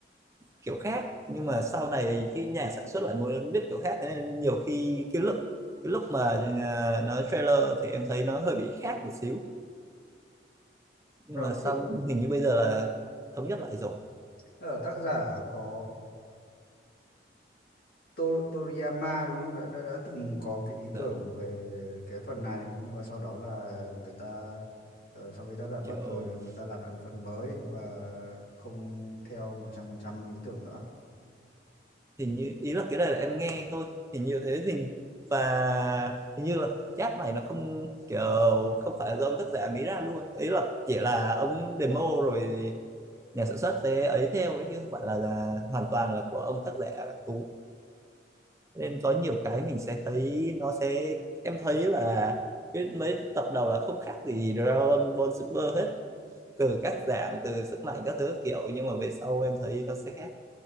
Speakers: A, on the right; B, on the left.
A: kiểu khác nhưng mà sau này khi nhà sản xuất lại muốn viết kiểu khác thế nên nhiều khi cái lúc cái lúc mà ờ, nó trailer thì em thấy nó hơi bị khác một xíu nhưng
B: rồi
A: mà xong
B: tự-
A: hình như bây giờ là thống nhất lại rồi
B: ờ, tác giả có To- Toriyama đúng không đã, đã đã từng có cái ý
A: giờ
B: tưởng về cái phần này nhưng mà sau đó là người ta ờ, sau khi tác giả mất
A: kiểu
B: rồi là người ta làm lại một phần mới
A: ờ,
B: và không theo một trăm phần trăm ý tưởng nữa
A: hình như ý là cái này là em nghe thôi hình như thế hình và hình như là giáp này nó không kiểu không phải do ông tác giả nghĩ ra luôn ý là chỉ là ông demo rồi nhà sản xuất sẽ ấy theo ấy chứ không phải là, là hoàn toàn là của ông tác giả cũ nên có nhiều cái mình sẽ thấy nó sẽ em thấy là cái mấy tập đầu là không khác gì Dragon Ball Super hết từ các dạng từ sức mạnh các thứ kiểu nhưng mà về sau em thấy nó sẽ khác